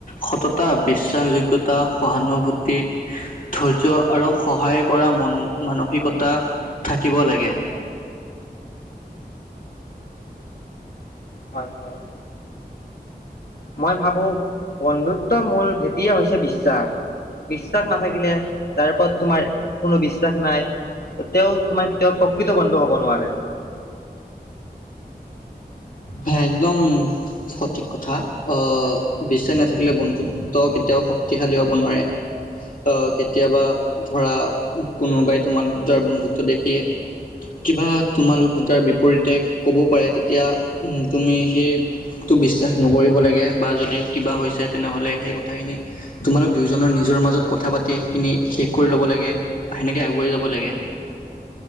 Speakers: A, on the left; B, on the left.
A: সততা, বিশ্বাসযোগ্যয়তা, সহানুভূতি, ধৈৰ্য আৰু সহায় কৰা মন মানসিকতা থাকিব লাগে
B: হয় হয় মই ভাবো বন্ধুত্বৰ মূল ভেটিয়ে হৈছে বিশ্বাস বিশ্বাস নাথাকিলে তাৰ ওপৰত তোমাৰ কোনো বিশ্বাস নাই তেওঁ তোমাৰ কেতিয়াও প্ৰকৃত বন্ধু হব নোৱাৰে।
A: হে একদম সঠিক কথা আহ বিশ্বাস নাথাকিলে বন্ধুত্ব কেতিয়াও শক্তিশালী হব নোৱাৰে আহ কেতিয়াবা ধৰা কোনোবাই তোমালোক দুটাৰ বন্ধুত্ব দেখিয় কিবা তোমালোক দুটাৰ বিপৰীতে কব পাৰে তেতিয়া তুমি সেইটো বিশ্বাস নকৰিব লাগে বা যদি কিবা হৈছে তেনেহ'লে সেই কথাখিনি তোমালোক দুয়োজনৰ নিজৰ মাজত কথা পাতি সেইখিনি শেষ কৰি ল'ব লাগে সেনেকে আগুৱাই যাব লাগে।